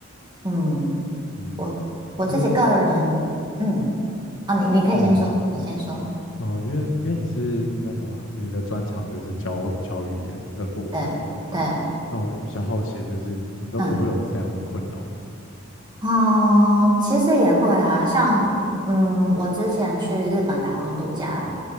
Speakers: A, on the right; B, on the left.
A: 嗯，
B: 嗯，
A: 我我自己个人，
B: 因为因为
A: 嗯，啊，你你可以先说，
B: 呃
A: 你先说，
B: 哦，因为因为你是那个嘛，你的专长就是教教语言的部分。
A: 对对，
B: 那我比较好奇的就是你你都不会有这样的困扰吗？
A: 嗯哦，其实也会啊，像嗯，我之前去日本打工度假，